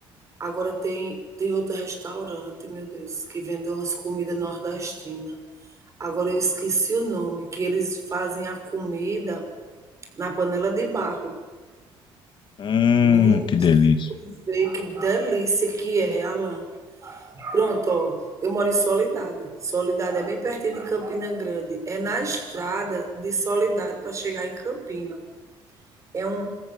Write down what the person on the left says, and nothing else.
Hum,
que delícia.